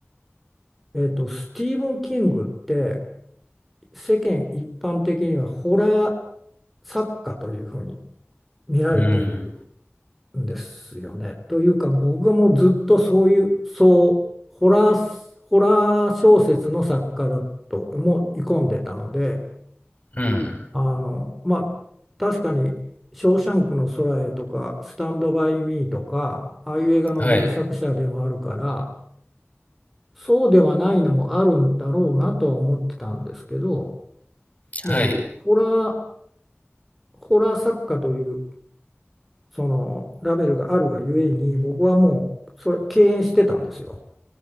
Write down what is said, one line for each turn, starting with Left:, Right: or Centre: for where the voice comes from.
Centre: えっと、スティーブン・キングって世間一般的にはホラー作家というふうに見られてる
Left: うん、
Centre: んですよね。というか僕もずっとそういう、そう、ホラー、ホラー小説の作家だと思い込んでたので、
Left: うん。
Centre: あの、まあ、確かに「ショーシャンクの空へ」とか「スタンド・バイ・ミー」とかああいう映画の原作者でもあるから
Left: はい、
Centre: そうではないのもあるんだろうなとは思ってたんですけど
Left: はい。
Centre: もうホラー、ホラー作家というそのラベルがあるがゆえに僕はもうそれ敬遠してたんですよ。